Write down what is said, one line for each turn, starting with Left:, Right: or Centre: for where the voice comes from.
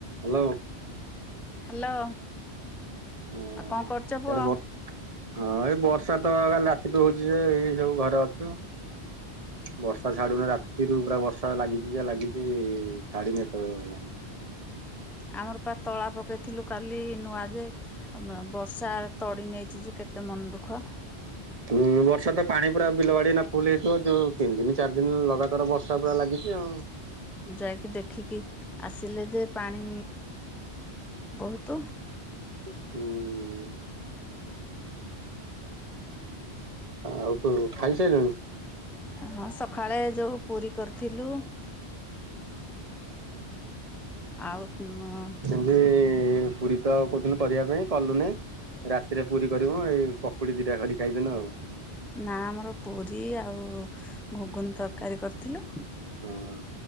Right: Hello.
Centre: Hello. ଆଉ
Right: ହଁ
Centre: କଣ କରୁଛ
Right: ଇଆଡ଼େ
Centre: ପୁଅ?
Right: ବ ହଁ ଏଇ ବର୍ଷା ତ କାଲି ରାତିଠୁ ହଉଛି ଯେ ଏଇ ସବୁ ଘରେ ଅଛୁ ଆଉ। ବର୍ଷା ଛାଡୁନି ରାତିରୁ ପୁରା ବର୍ଷା ଲାଗିଛି ଯେ ଲାଗିଛି ଛାଡିିନି ଏ ତେବେଳ ପର୍ଯ୍ୟନ୍ତ।
Centre: ଆମର ପା ତଳା ପକେଇଥିଲୁ କାଲି ନୂଆ ଯେ ଆ ମ ବର୍ଷା ତଡି ନେଇଛି ଯେ କେତେ ମନ ଦୁଃଖ।
Right: ହୁଁ ବର୍ଷା ତ ପାଣି ପୁରା ବିଲ ବାଡି ଏଇନା ଫୁଲ୍ ହେଇଯାଇଥିବ। ଯୋଉ ତିନି ଦିନ ଚାରି ଦିନ ଲଗାତାର ବର୍ଷ ର୍ଷା ପୁରା ଲାଗିଛି ଆଉ।
Centre: ଯାଇକି ଦେଖିକି ଆସିଲେ ଯେ ପାଣି ବହୁତ।
Right: ହୁଁଉଁ। ଆଉ କଣ ଖାଇସାରିଲୁଣି?
Centre: ହଁ ସକାଳେ ଯୋଉ ପୁରୀ କରିଥିଲୁ। ଆଉ ତୁମ
Right: ସେ ପୁରୀ ତ କହୁଥିଲୁ କରିବା ପାଇଁ କଲୁନେଇଁ? ରାତିରେ ପୁରୀ କରିବୁ ଏଇ ପକୁଡି ଦିଟା କରି ଖାଇଦେନୁ ଆଉ।
Centre: ନା ଆମର ପୁରୀ ଆଉ ଘୁଗୁନି ତରକାରୀ କରିଥିଲୁ।
Right: ହଁ